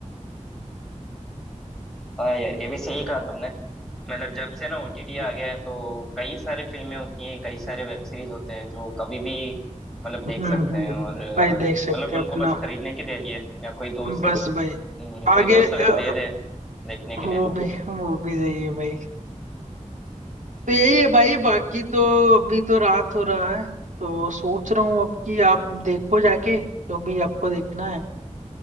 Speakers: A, in the centre; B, on the right (about 85°).
A: हाँ यार ये भी सही कहा तुमने मतलब जब से ना ओटीटी
B: हम्म
A: आ गया है तो कई सारे फिल्में होती हैं कई सारे वेब सीरीज होते हैं जो कभी भी मतलब देख
B: हम्म,
A: सकते
B: हम्म।
A: हैं और अ,
B: भाई देख सकते
A: मतलब उनको
B: हैं अपना
A: बस खरीदने की देरी है या कोई दोस्त
B: बस भाई
A: हम्म, कोई
B: आगे
A: दोस्त
B: अ,
A: अगर दे दे देखने
B: अ,
A: के
B: वो
A: लिए
B: भी वो भी सही है भाई तो यही है भाई बाकी तो अभी तो रात हो रहा है तो सोच रहा हूँ अब कि आप देखो जाके जो भी आपको देखना है